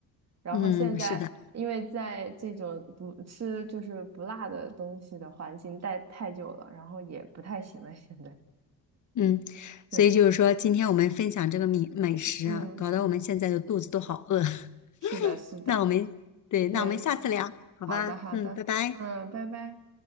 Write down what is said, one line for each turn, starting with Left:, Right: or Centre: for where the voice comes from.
Right: 然后现在因为在这种不吃就是不辣的东西的环境待太久了，
Left: 嗯，是的。
Right: 然后也不太行了。现在
Left: 嗯，
Right: 对，
Left: 所以就是说，今天我们分享这个米美食啊，
Right: 嗯嗯，
Left: 搞得我们现在的肚子都好饿。<laughs>
Right: 是的，是的，
Left: 那我们，对，
Right: 对，
Left: 那我们下次聊，好吧？
Right: 好的好的，
Left: 嗯，拜拜。
Right: 嗯，拜拜。